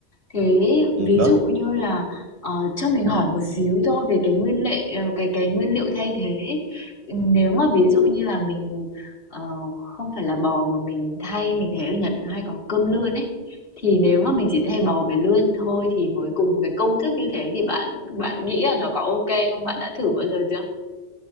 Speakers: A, on the left (about 55°); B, on the right (about 85°).
A: thế
B: ừ,
A: ví
B: đó
A: dụ như là ờ, cho mình hỏi một xíu thôi về cái nguyên liệu cái cái nguyên liệu thay thế ấy. nếu mà ví dụ như là mình ờ, không phải là bò mà mình thay mình thấy ở Nhật hay có cơm lươn ấy thì nếu mà mình
B: Ừ.
A: chỉ thay bò với lươn thôi thì với cùng một cái công thức như thế thì bạn bạn nghĩ là nó có ok không bạn đã thử bao giờ chưa